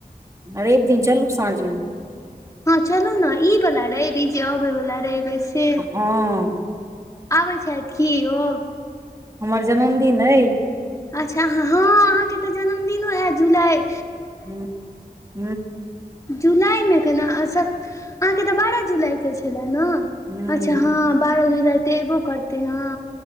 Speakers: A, on the right; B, on the left.
A: रइव दिन चलू साँझमे
B: हँ चलू ने ई वला रबी जे अबै वला रबी है से
A: हँ
B: आबै छथि की ओ
A: हमर जन्मदिन अइ
B: अच्छा हँ अहाँके तऽ जन्मदिनो हएत जुलाइ
A: हू हू
B: जुलाइमे केना अस अहाँके तऽ बारह जुलाइ के छलए ने
A: ह
B: अच्छा हँ बारह जुलाई तऽ अयबो करतै हँ